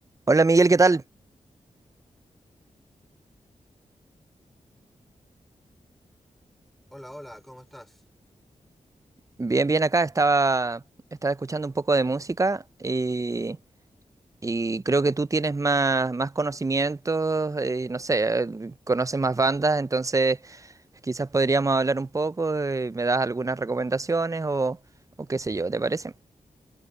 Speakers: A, on the right; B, in the centre.
A: Hola Miguel, ¿qué tal?
B: Hola, hola, ¿cómo estás?
A: Bien, bien acá. Estaba, estaba escuchando un poco de música y, y creo que tú tienes más, más conocimientos, eh, no sé, eh, conoces más bandas, entonces quizás podríamos hablar un poco, eh, me das algunas recomendaciones o, o qué sé yo, ¿te parece?